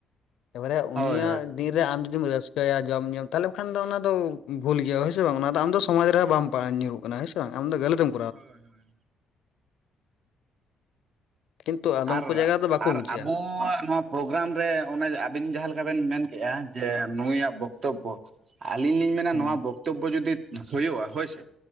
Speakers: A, on the left; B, on the right.
A: ᱮᱵᱟᱨᱮ ᱩᱱᱤᱭᱟᱜ
B: ᱦᱳᱭ
A: ᱫᱤᱱ ᱨᱮ ᱟᱢ ᱡᱩᱫᱤᱢ ᱨᱟᱹᱥᱠᱟᱹ ᱨᱤᱠᱟᱹᱭᱟ ᱡᱚᱢ ᱧᱩ ᱛᱟᱦᱚᱞᱮ ᱠᱷᱟᱱ ᱫᱚ ᱚᱱᱟ ᱫᱚ ᱵᱷᱩᱞ ᱜᱮᱭᱟ᱾ ᱦᱳᱭᱥᱮ ᱵᱟᱝ ᱚᱱᱟ ᱫᱚ ᱟᱢ ᱫᱚ ᱥᱚᱢᱟᱡᱽ ᱨᱮᱦᱚᱸ ᱵᱟᱢ ᱯᱟᱲᱦᱟᱜ ᱧᱩᱨᱩᱜᱼᱟ ᱚᱱᱟ ᱜᱮ ᱥᱮ ᱵᱟᱝ ᱟᱢ ᱫᱚ ᱜᱟᱹᱞᱟᱹᱛ ᱮᱢ
B: ᱦᱚᱭ ᱦᱚᱭ
A: ᱠᱤᱱᱛᱩ ᱟᱫᱚᱢ
B: ᱟᱨ
A: ᱠᱚ ᱡᱟᱭᱜᱟ ᱫᱚ ᱵᱟᱠᱚ
B: ᱟᱨ
A: ᱵᱩᱡᱮᱜᱼᱟ
B: ᱟᱵᱚᱣᱟᱜ ᱱᱚᱣᱟ ᱯᱨᱳᱜᱨᱟᱢ ᱨᱮ ᱚᱱᱮ ᱟᱹᱵᱤᱱ ᱡᱟᱦᱟᱸ ᱞᱮᱠᱟ ᱵᱤᱱ ᱢᱮᱱ ᱠᱮᱫᱮᱜᱼᱟ ᱡᱮ ᱱᱩᱭᱟᱜ ᱵᱚᱠᱛᱛᱚᱵᱚ ᱟᱹᱞᱤᱧ ᱞᱤᱧ ᱢᱮᱱᱟ
A: ᱦᱩᱸ
B: ᱱᱚᱣᱟ ᱵᱚᱠᱛᱛᱚᱵᱚ ᱡᱩᱚᱫᱤ ᱦᱩᱭᱩᱜᱼᱟ, ᱦᱳᱭᱥᱮ